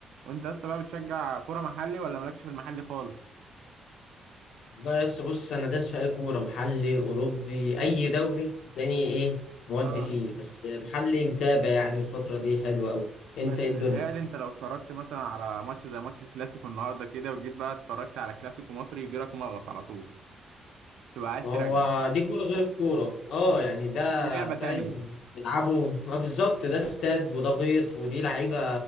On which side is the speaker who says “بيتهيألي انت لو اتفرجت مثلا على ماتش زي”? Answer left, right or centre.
Right